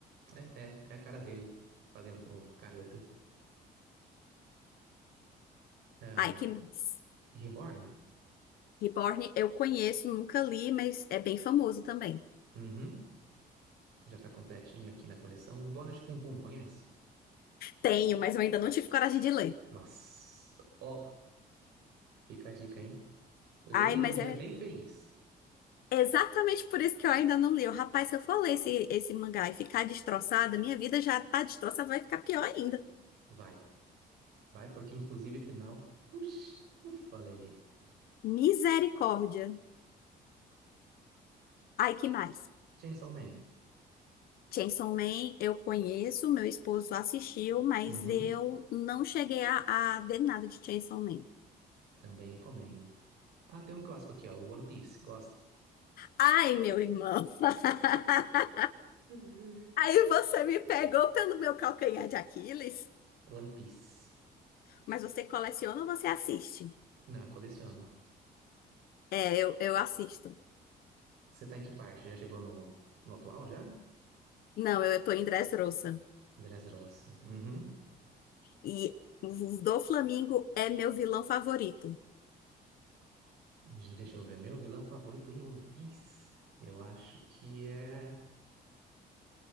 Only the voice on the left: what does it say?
Ai, que mais?
Reborn eu conheço, nunca li, mas é bem famoso também.
Tenho, mas eu ainda não tive coragem de ler.
Ai,
mas
é
exatamente por isso que eu ainda não li. Eu, Rapaz, se eu for ler esse, esse mangá e ficar destroçada, minha vida já tá destroçada, vai ficar pior ainda.
Misericórdia. Ai, que mais?
Chainsaw Man eu conheço, meu esposo assistiu, mas
eu não cheguei a, a ver nada de Chainsaw Man.
Ai, meu irmão. <laughs>
Aí você me pegou pelo meu calcanhar de Aquiles.
Mas você coleciona ou você assiste?
É, eu, eu assisto.
Não, eu, eu tô em Dressrosa.
E o Doflamingo é meu vilão favorito.